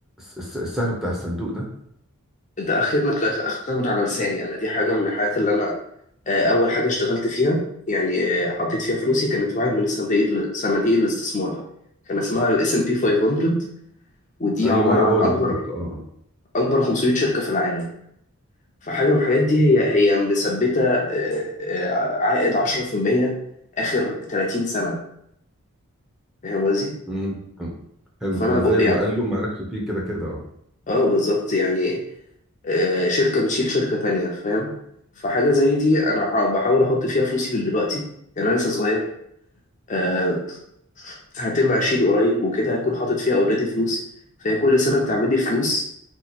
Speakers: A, in the centre; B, on the left.
A: الس- السهم بتاع الصندوق ده
B: انت اخيرا اخدتها من على لساني انا دي حاجه من الحاجات اللي انا آه، اول حاجه اشتغلت فيها يعني آه، حطيت فيها فلوسي كانت واحد من صناديق صناديق الاستثمار كان اسمها الاس ام بي 500 ودي
A: ايوه
B: عباره
A: هو
B: عن
A: هو
B: اكبر
A: ده بالظبط اه اه.
B: اكبر 500 شركه في العالم فحاجه من الحاجات دي هي هي مثبته آه، آه، عائد 10% اخر 30 سنه فاهم قصدي؟
A: مم. حلو
B: فانا
A: اه
B: ب...
A: زاد
B: يعني
A: وقال له مالكش فيه كده كده اه
B: اه بالظبط يعني آه، شركه بتشيل شركه تانية فاهم فحاجه زي دي انا ح- بحاول احط فيها فلوسي من دلوقتي يعني انا لسه صغير آه، هتبقى اشيل قريب وكده هكون حاطط فيها اوريدي فلوس فهي كل سنه بتعمل لي فلوس